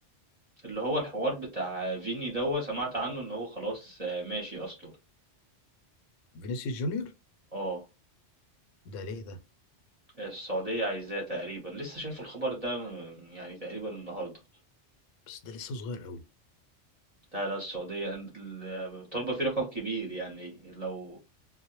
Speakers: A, on the right; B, on the left.
A: اللي هو الحوار بتاع فيني دوّة سمعت عنه إن هو خلاص آه، ماشي أصلًا،
B: فينيسيوس جونيور
A: آه،
B: ده ليه ده
A: السعودية عايزاه تقريبًا، لسه شايف الخبر ده م يعني تقريبًا النهارده،
B: بس ده لسه صغير قوي
A: لا، لا السعودية أن ال طالبة فيه رقم كبير يعني لو